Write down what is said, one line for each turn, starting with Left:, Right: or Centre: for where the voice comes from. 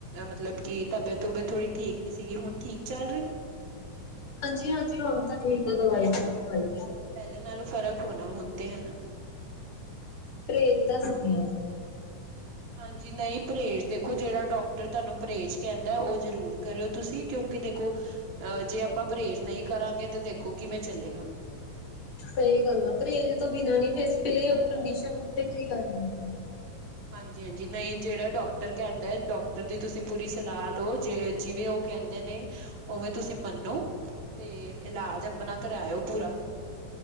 Right: ਮਤਲਬ ਕਿ ਤਬੀਅਤ-ਤੂਬੀਅਤ ਥੋੜੀ ਠੀਕ ਨੀ ਸੀਗੀ ਹੁਨ ਠੀਕ ਚਾੱਲ ਰੇ ਨੇ?
Left: ਹਾਂਜੀ-ਹਾਂਜੀ ਹੂਨ ਤਾਂ ਠੀਕ ਏ ਦਵਾਈ <unintelligible> ਹਾਂਜੀ,
Right: ਪਹਿਲੇ ਨਾਲੋਂ ਫ਼ਰਕ ਹੋਣਾ ਹੁਣ ਤੇ ਹਨਾ
Left: ਪਰਏਜ ਦੱਸਦੀ ਆਂ।
Right: ਹਾਂਜੀ, ਨਈਂ ਪਰਏਜ ਦੇਖੋ, ਜੇੜਾ ਡੋਕਟਰ ਤੂਆਨੂੰ ਪਰਏਜ ਕੈਂਦੈ, ਓ ਜਰੂਰ ਕਰੇਓ ਤੂਸੀ। ਕਿਉਂਕਿ ਦੇਖੋ ਅ ਜੇ ਆਪਾਂ ਪਰਏਜ ਨਈ ਕਰਾਂਗੇ, ਤੇ ਦੇਖੋ ਕਿਵੇਂ ਚੱਲੇਗਾ।
Left: ਸਈ ਗਾੱਲ ਆ, ਪਰਏਜ ਤੋਂ ਬਿਨਾਂ ਨੀ ਫੇਅ ਸਟੇਅ ਕੰਡੀਸ਼ਨ ਓਥੇ ਤੇ ਈ ਆ ਜਾਂਦੀ ਐ।
Right: ਹਾਂਜੀ-ਹਾਂਜੀ, ਨਈਂ ਜੇੜਾ ਡੋਕਟਰ ਕੈਂਦੈ ਡੋਕ ਦੀ ਤੂਸੀ ਪੂਰੀ ਸਲਾਅ ਲੋ ਜੇ, ਜਿਵੇਂ ਓ ਕੈਂਦੇ ਨੇ ਓਵੇਂ ਤੂਸੀ ਮੰਨੋ, ਤੇ ਇਲਾਜ ਅਪਨਾ ਕਰਾਏਓ ਪੂਰਾ।